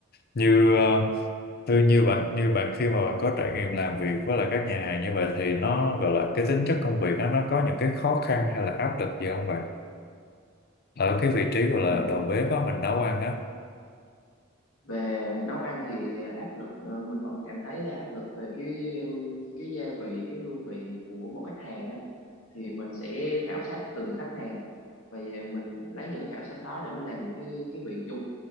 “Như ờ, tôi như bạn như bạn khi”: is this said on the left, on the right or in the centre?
Left